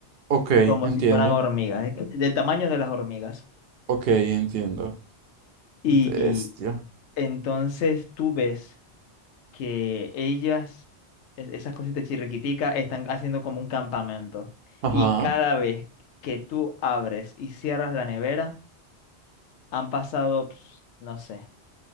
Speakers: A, on the right; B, on the left.
A: Ok,
B: como
A: entiendo.
B: si fueran hormigas, eh, del tamaño de las hormigas.
A: Ok, entiendo.
B: Y,
A: Bestia.
B: y entonces tú ves que ellas, es- esas cositas chirriquiticas, están haciendo como un campamento.
A: Ajá.
B: Y cada vez que tú abres y cierras la nevera, han pasado, ps, no sé,